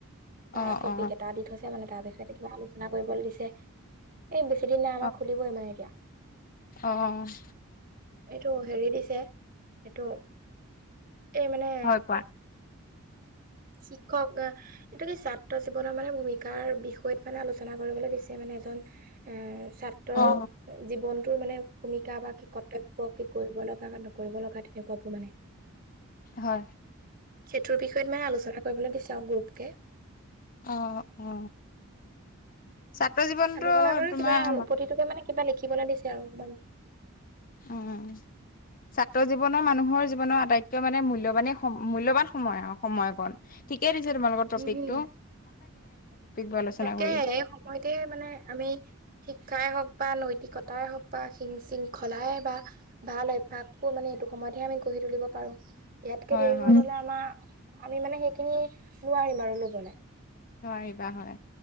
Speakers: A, on the right; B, on the left.
A: তাত
B: অ
A: টপিক
B: অ
A: কেইটা দি থৈছে মানে তাৰপিছত কিবা আলোচনা কৰিব দিছে এই বেছি দিন ন আমাক
B: অ
A: খুলিবই মানে এতিয়া।
B: অ',
A: এইটো হেৰি দিছে এইটো এই মানে
B: হয় পোৱা
A: শিক্ষক অহ, এইটো কি ছাত্ৰ জীৱনৰ মানে ভূমিকাৰ বিষয়ত মানে আলোচনা কৰিবলৈ দিছে মানে এজন। এ ছাত্ৰৰ
B: অ
A: জীৱনটো মানে ভূমিকা বা কি কৰ্তব্য কি কৰিব লগা নকৰিব লগা তেনেকুৱাবোৰ মানে।
B: হয়।
A: সেইটোৰ বিষয়ত মানে আলোচনা কৰিবলৈ দিছাও গ্ৰুপকে।
B: অ, অ, ছাত্ৰ জীৱনটো
A: আলোচনা কৰি
B: তোমাৰ
A: কিবা প্ৰতিটোকে মানে কিবা লিখিবলে দিছে আৰু অকমান
B: উম, ছাত্ৰ জীৱনৰ মানুহৰ জীৱনৰ আটাইতকৈ মানে মূল্যবানেই সম মূল্যবান সময় আৰু সময়কণ। ঠিকেই দিছে তোমালোকৰ টপিক।
A: উম হম
B: বোৰ আলোচনা
A: তাকে,
B: কৰি
A: এই সময়তে মানে আমি শিক্ষাই হওঁক বা নৈতিকতাই হওক বা শিং শিংখলাই বা ভাল অভ্যাস বোৰ মানে এইটো সময়তহে আমি গঢ়ি তুলিব পাৰো। ইয়াতকে
B: হয়
A: দেৰি
B: হয়
A: হৈ গলে, আমাৰ আমি মানে সেইখিনি নোৱাৰিম আৰু ল'বলৈ।
B: নোৱাৰিবা হয়,